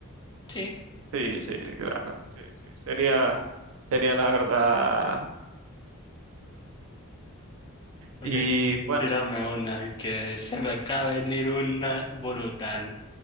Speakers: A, on the left (about 20°); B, on the right (about 70°).
A: Sí.
B: Sí, sí, claro. Sí, sí, sería, sería la verdad.
A: Ok,
B: Y bueno,
A: tírame una, que se me acaba de venir una brutal.